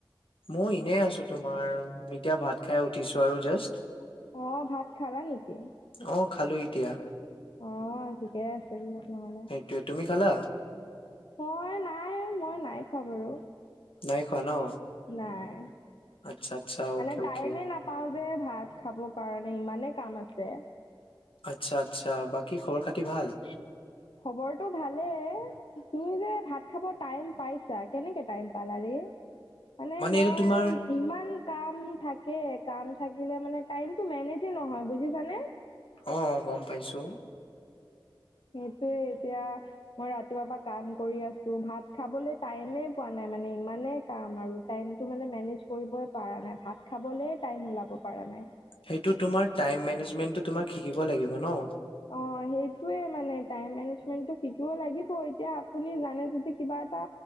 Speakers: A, on the left; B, on the left.
A: মই এনে আছো। তোমাৰ- এতিয়া ভাত খাই উঠিছো আৰু জাষ্ট
B: অহ ভাত খালা নেকি?
A: অ খালো এতিয়া।
B: অঁ ঠিকেই আছে দিয়া নহলে।
A: সেইটোয়ে তুমি খালা?
B: মই না ই মই নাই খোৱা বাৰু
A: নাই খোৱা ন?
B: নাই,
A: আচ্ছা আচ্ছা
B: মানে
A: অকে
B: টাইমে
A: অকে
B: নাপাও যে ভাত- খাব কাৰণে ইমানে কাম আছে।
A: আচ্ছা-আচ্ছা। বাকী খবৰ-খাতি ভাল?
B: খবৰটো ভালেই! তুমি যে ভাত খাব টাইম পাইছা, কেনেকে টাইম পালা ৰে? মানে মই
A: এইটো তোমাৰ
B: ইমান কাম থাকে। কাম থাকিলে মানে টাইমটো মেনেজে নহয় বুজিছানে?
A: অ গম পাইছোঁ।
B: সেইটোৱে, এতিয়া মই ৰাতিপুৱা পৰা কাম কৰি আছো। ভাত খাবলৈ টাইমে পোৱা নাই মানে ইমানেই কাম আৰু টাইমটো মানে মেনেজ কৰিবই পাৰানাই ভাত খাবলে টাইম ওলাব পাৰা নাই।
A: সেইটো তোমাৰ টাইম মনেজমেণ্টটো তোমাক শিকিব লাগিব ন
B: অ সেইটোৱে মানে টাইম মেনেজমেন্টটো শিকিব লাগিব এতিয়া আপুনি জানে যদি কিবা এটা